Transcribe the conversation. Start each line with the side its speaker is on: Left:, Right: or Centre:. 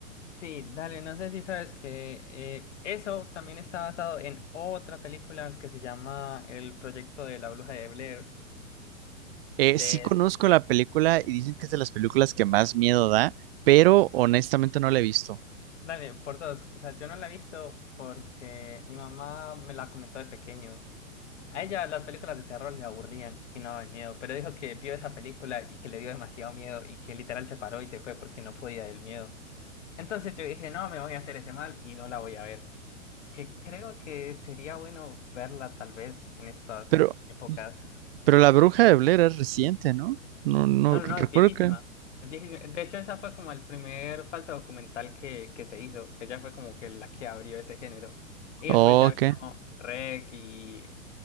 Left: Sí, dale, no sé si sabes que eh, eso también está basado en otra película que se llama El proyecto de la bruja de Blair,
Right: Eh,
Left: de,
Right: sí conozco la película y dicen que es de las películas que más miedo da, pero honestamente no la he visto.
Left: dale, por dos. O sea, yo no la he visto porque mi mamá me la comentó de pequeño. A ella las películas de terror le aburrían y no daban miedo, pero dijo que vio esa película y que le dio demasiado miedo y que literal se paró y se fue porque no podía del miedo. Entonces yo dije, no, me voy a hacer ese mal y no la voy a ver. Que creo que sería bueno verla tal vez en estas
Right: Pero,
Left: épocas.
Right: pero La Bruja de Blair es reciente, ¿no? No, no
Left: No,
Right: recuerdo
Left: no, no, es viejísima.
Right: que.
Left: Es viejísima. De hecho, esa fue como el primer falso documental que, que se hizo. Ella fue como que la que abrió ese género. Y
Right: Oh,
Left: después ya
Right: Ok,
Left: vino REC y